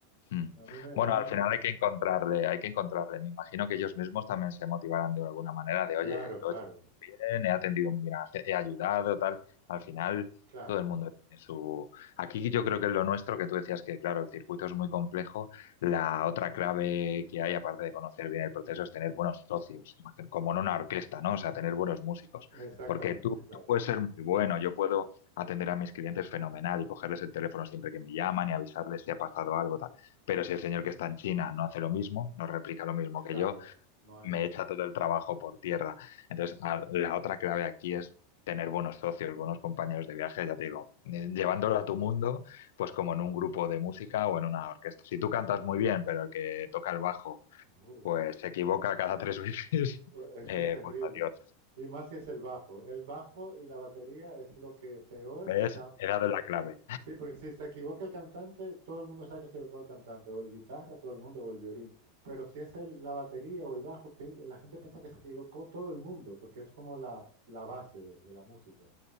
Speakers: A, on the left (about 70°); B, on the right (about 85°).
A: Mm.
B: A mí me, a
A: Bueno,
B: mí
A: al
B: me,
A: final hay que encontrarle, hay que encontrarle. Me imagino que ellos mismos también se motivarán de alguna manera de,
B: claro,
A: oye,
B: claro.
A: lo he hecho bien, he atendido muy bien, a la ge- he ayudado, tal. Al final,
B: Claro,
A: todo el mundo tiene su... Aquí yo creo que es lo nuestro, que tú decías que, claro, el circuito es muy complejo. La otra clave que hay, aparte de conocer bien el proceso, es tener buenos socios, imagino, como en una orquesta, ¿no? O sea, tener buenos músicos.
B: exactamente,
A: Porque tú,
B: claro,
A: tú puedes ser muy bueno, yo puedo atender a mis clientes fenomenal y cogerles el teléfono siempre que me llaman y avisarles si ha pasado algo pero si el señor que está en China no hace lo mismo, no replica lo mismo
B: claro,
A: que yo,
B: no hay,
A: me echa todo el trabajo por tierra. Entonces, a- la otra clave aquí es tener buenos socios, buenos compañeros de viaje, ya te digo, eh, llevándolo a tu mundo, pues como en un grupo de música o en una orquesta. Si tú cantas muy bien, pero el que toca el bajo,
B: uf,
A: pues se equivoca cada tres <laughs> veces,
B: eso
A: eh,
B: es terrible.
A: pues adiós.
B: Y más si es el bajo. El bajo y la batería es lo que peor,
A: ¿Ves?
B: o sea,
A: He dado la clave.
B: sí, porque si se equivoca el cantante, todo el mundo sabe que se equivocó el cantante, o el guitarra, todo el mundo, o el violín. Pero si es el- la batería o el bajo, pi- la gente piensa que se equivocó todo el mundo, porque es como la, la base de de la música.